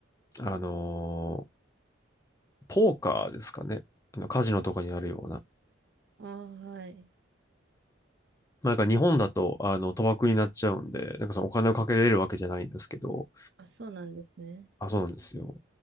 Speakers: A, on the left; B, on the right.
A: あのーポーカーですかね。あの、カジノとかにあるような。
B: ああ、はい。
A: まあ、なんか日本だと、あの、賭博になっちゃうんで、なんかそのお金をかけれるわけじゃないんですけど、
B: あ、そうなんですね。
A: あ、そうなんですよ。